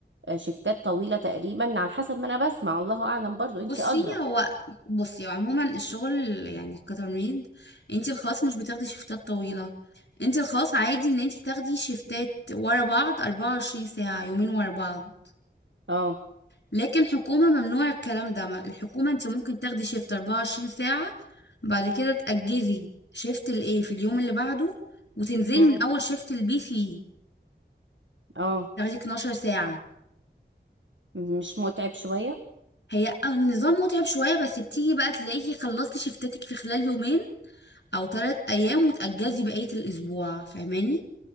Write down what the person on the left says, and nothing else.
بصي
هو بصي عموما الشغل يعني كتمريض انتي الخاص مش بتاخدي شيفتات طويلة انتي الخاص عادي ان انتي تاخدي شيفتات ورا بعض 24 ساعة يومين ورا بعض
لكن حكومة ممنوع الكلام ده ما- الحكومة انت ممكن تاخدي شيفت 24 ساعة بعد كده تأجزي شيفت الايه في اليوم اللي بعده وتنزلي
من اول شيفت البي سي
تاخدي 12 ساعة
هي النظام متعب شوية بس بتيجي بقى تلاقيكي خلصتي شيفتاتك في خلال يومين او ثلاث ايام وتأجزي بقية الاسبوع فاهماني